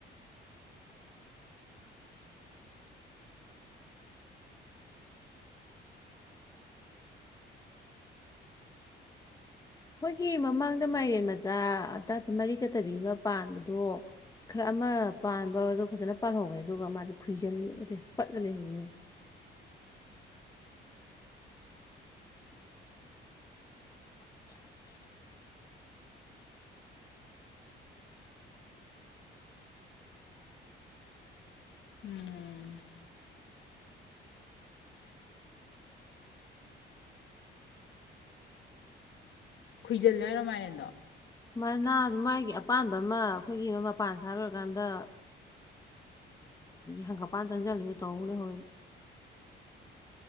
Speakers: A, on the left; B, on the left.
A: ꯑꯩꯈꯣꯏꯒꯤ ꯃꯃꯥꯡꯗ ꯃꯥꯏꯔꯦꯟ ꯃꯆꯥ ꯃꯔꯤ ꯆꯠꯇꯕꯤ ꯑꯃ ꯄꯥꯟꯕꯗꯣ ꯈꯔ ꯑꯃ ꯄꯥꯟꯕꯗꯣ ꯐꯖꯅ ꯄꯥꯜꯍꯧꯕꯅꯦ ꯑꯗꯨꯒ ꯃꯥꯗꯤ ꯈꯨꯏꯖꯤꯜꯂ ꯄꯠꯂ ꯂꯩꯍꯧꯏꯅꯦ <inaudible>
B: ꯎꯝ ꯈꯨꯏꯖꯜꯂꯦ ꯍꯥꯏꯔꯣ ꯃꯥꯏꯔꯦꯟꯗꯣ
A: ꯃꯅꯥ ꯃꯥꯒꯤ ꯑꯄꯥꯝꯕ ꯑꯃ ꯑꯩꯈꯣꯏꯒꯤ ꯃꯄꯥꯟ ꯁꯥꯔ ꯂꯣꯏꯔꯀꯥꯟꯗ ꯍꯪꯀꯠꯄꯥꯟ ꯆꯪꯖꯟꯕꯤꯗꯣ ꯇꯧꯂꯩꯍꯧꯏꯕ